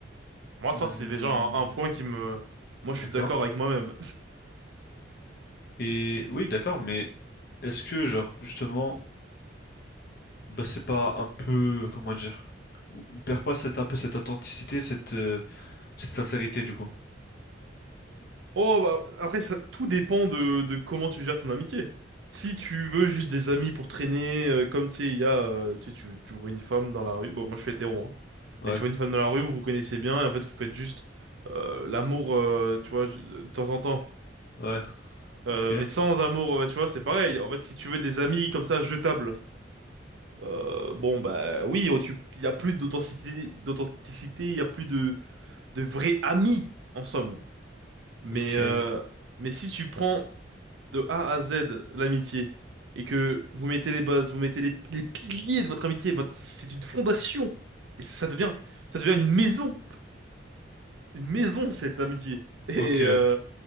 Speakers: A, on the right; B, on the left.
A: Moi,
B: Hmm,
A: ça, c'est déjà un, un point qui me moi
B: d'accord.
A: je suis d'accord avec moi-même.
B: Et oui, d'accord, mais est-ce que, genre, justement, bah, c'est pas un peu, comment dire, on on perd pas cette, un peu cette authenticité, cette, euh, cette sincérité, du coup?
A: Oh, bah, après, ça, tout dépend de, de comment tu gères ton amitié. Si tu veux juste des amis pour traîner, euh, comme tu sais, il y a, euh, tu, sais, tu tu vois une femme dans la rue. Bon, moi, je suis hétéro, hein.
B: Ouais,
A: Mais tu vois une femme dans la rue, vous vous connaissez bien, et en fait, vous faites juste euh, l'amour, euh, tu vois, de temps en temps.
B: ouais,
A: Euh,
B: ok,
A: mais sans amour, bah, tu vois, c'est pareil. En fait, si tu veux des amis comme ça, jetables, euh, bon, bah oui, oh, tu, il y a plus d'authenticité, d'authenticité, il y a plus de, de vrais amis, en somme. Mais,
B: ok,
A: euh,
B: euh,
A: mais si tu prends de A à Z l'amitié et que vous mettez les bases, vous mettez les, les piliers de votre amitié, votre, c'est une fondation et ça devient, ça devient une maison, une maison cette amitié. Et,
B: ok. Une
A: euh,